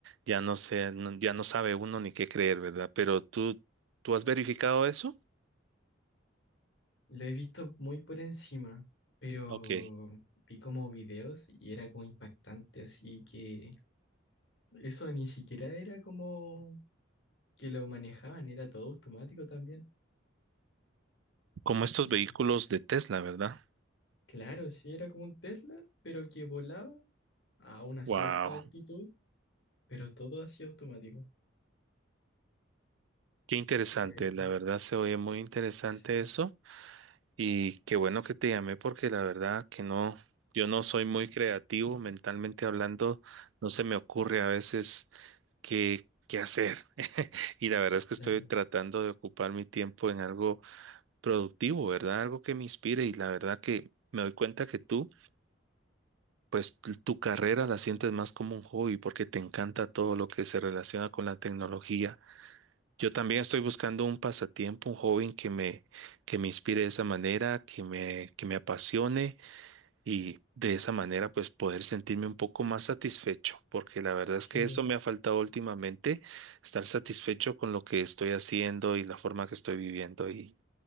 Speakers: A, on the right; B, on the left.
A: ya no sé, no- ya no sabe uno ni qué creer, ¿verdad? Pero tú, ¿tú has verificado eso?
B: Lo he visto muy por encima, pero
A: Ok,
B: vi como videos y era como impactante, así que eso ni siquiera era como que lo manejaban, era todo automático también.
A: como estos
B: Y
A: vehículos
B: eso,
A: de Tesla, ¿verdad?
B: claro, sí era como un Tesla, pero que volaba a una
A: Wow.
B: cierta altitud, pero todo así automático.
A: Qué interesante,
B: Fue,
A: la verdad se oye muy interesante
B: sí,
A: eso y qué bueno que te llamé porque la verdad que no, yo no soy muy creativo mentalmente hablando, no se me ocurre a veces qué, qué hacer <laughs> y la verdad es que
B: claro,
A: estoy tratando de ocupar mi tiempo en algo productivo, ¿verdad? Algo que me inspire y la verdad que me doy cuenta que tú, pues tu tu carrera la sientes más como un hobby porque te encanta todo lo que se relaciona con la tecnología. Yo también estoy buscando un pasatiempo, un joven que me, que me inspire de esa manera, que me, que me apasione y de esa manera pues poder sentirme un poco más satisfecho, porque la verdad es
B: claro.
A: que eso me ha faltado últimamente, estar satisfecho con lo que estoy haciendo y la forma que estoy viviendo y,